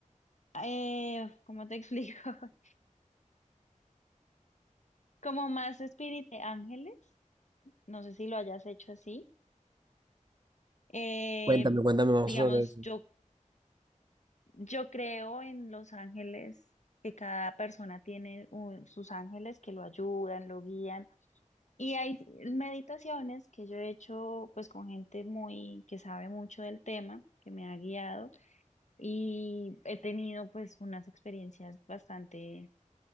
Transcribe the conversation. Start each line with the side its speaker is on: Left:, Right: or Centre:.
Left: eh, ¿cómo te explico? <laughs> Como más espíritu de ángeles. No sé si lo hayas hecho así. Eh,
Right: Cuéntame, cuéntame más
Left: digamos,
Right: sobre eso.
Left: yo Yo creo en los ángeles, que cada persona tiene un- sus ángeles que lo ayudan, lo guían. Y hay meditaciones que yo he hecho pues con gente muy que sabe mucho del tema, que me ha guiado y he tenido pues unas experiencias bastante